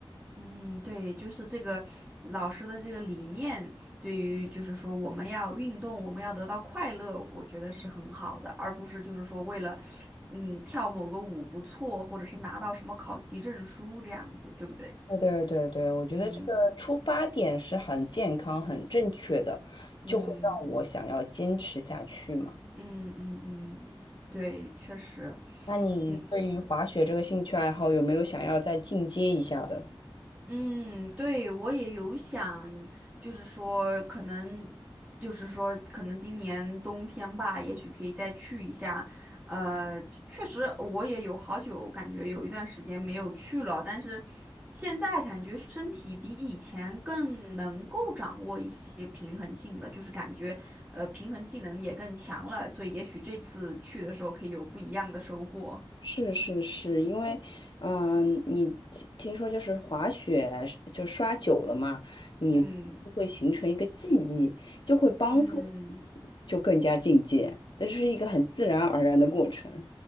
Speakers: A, on the right; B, on the left.
A: 嗯，对，就是这个老师的这个理念，对于就是说我们要运动，我们要得到快乐，我觉得是很好的，而不是就是说为了嗯跳某个舞不错，或者是拿到什么考级证书这样子，对不对？
B: 对对对对，我觉得这个出发点是很健康、
A: 嗯。
B: 很正确的，
A: 嗯
B: 就会让我想要坚持下去嘛。
A: 嗯嗯嗯，对，确实，
B: 那你对于滑雪这个兴趣爱好有没有想要再进阶一下的？
A: 嗯，嗯，对，我也有想，就是说，可能，就是说，可能今年冬天吧，也许可以再去一下。呃，确实，我也有好久感觉有一段时间没有去了，但是现在感觉身体比以前更能够掌握一些平衡性了，就是感觉呃平衡技能也更强了，所以也许这次去的时候可以有不一样的收获。
B: 是是是，因为，嗯、你听听说就是滑雪是就刷久了嘛，你会形成一个记忆，
A: 嗯
B: 就会帮助你就更加进阶，
A: 嗯，
B: 这是一个很自然而然的过程。